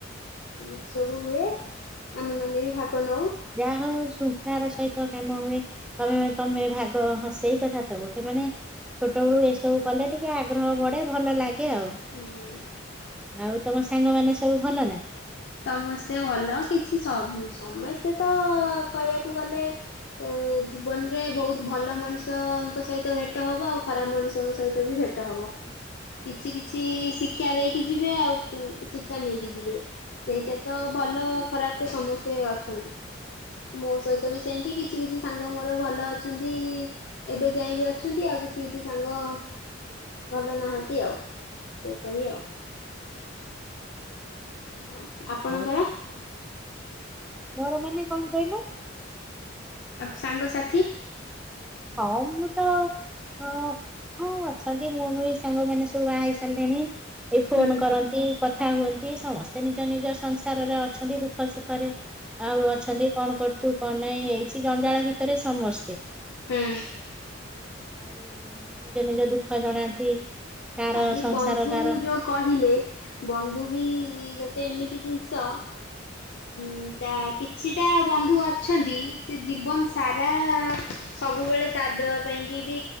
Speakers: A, on the left; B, in the centre.
A: ଏମିତି ସବୁ ହୁଏ ଆମେ ମାନେ ବି ଭାଗ ନୋଉ।
B: ଯାହା ହଉ ଶୃଙ୍ଖଳାର ସହିତ କାମ ହୁଏ। ତମେ ତମେ ଭାଗ ହଁ ସେଇ କଥା ତ ଗୋଟେ ମାନେ ଛୋଟ ବେଳୁ ଏସବୁ କଲେ ଟିକେ ଆଗ୍ରହ ବଢେ ଭଲ ଲାଗ ଗେ ଆଉ
A: ହୁଁ।
B: ଆଉ ତମ ସାଙ୍ଗମାନେ ସବୁ ଭଲ ନା?
A: ସମସ୍ତେ ଭଲ କିଛି ସମ ସମସ୍ତେ ତ କହିବାକୁ ଗଲେ ଏ ଜୀବନରେ ବୋହୁତ ଭଲ ମଣିଷଙ୍କ ସହିତ ଭେଟ ହବ ଆଉ ଖରାପ ମଣିଷଙ୍କ ସହିତ ବି ଭେଟ୍ ଟ ହବ କିଛି କିଛି ଶିକ୍ଷା ଦେଇକି ଯିବେ ଆଉ ଉଁ ଶିକ୍ଷା ନେଇକି ଯିବେ। ସେଇଟା ତ ଭଲ ଖରାପ ତ ସମସ୍ତେ ଅଛନ୍ତି। ମୋ ସହିତ ବି ସେମତି କିଛି କିଛି ସାଙ୍ଗ ମୋର ଭଲ ଅଛନ୍ତି ଏବେ ଯାଏ ବି ଅଛନ୍ତି ଆଉ କିଛି କିଛି ସାଙ୍ଗ ଭଲ ନାହାନ୍ତି ଆଉ ସେହିଭଳି ଆଉ। ଆଉ ଆପଣଙ୍କର?
B: ଆଉ ମୋର ମାନେ କଣ କହିଲୁ?
A: ଆପ୍ ସାଙ୍ଗସାଥି
B: ହଁ ମୁଁ ତ ଅ ହଁ ଅଛନ୍ତି ମୁଁ ବି ସାଙ୍ଗ ମାନେ ସବୁ ବାହା ହେଇ ସାରିଲେଣି ଏଇ ଫୋନ
A: ହୁଁ
B: କରନ୍ତି। କଥା ହୁଅନ୍ତି ସମସ୍ତେ ନିଜ ନିଜ ସଂସାରରେ ଅଛନ୍ତି ଦୁଃଖ ସୁଖରେ। ଆଉ ଅଛନ୍ତି କଣ କରୁଛୁ କଣ ନାଇଁ ଏଇଛି ଜଞ୍ଜାଳ ଭିତରେ ସମସ୍ତେ।
A: ହୁଁ
B: ଆଉ ନିଜ ନିଜ ଦୁଃଖ ଜଣାନ୍ତି। କାର
A: ଆଜି
B: ସଂସାର
A: ବନ୍ଧୁ
B: କାର
A: ଯୋଉ କହିଲେ ବନ୍ଧୁ ବି ଗୋଟେ ଏମିତି ଜିନଷ
B: ହ <inaudible>
A: ଉଁ ତା କିଛିଟା ବନ୍ଧୁ ଅଛନ୍ତି ସେ ଜୀବନ ସାରା ସବୁବେଳେ ସାଥ ଦବା ପାଇଁ କି ବି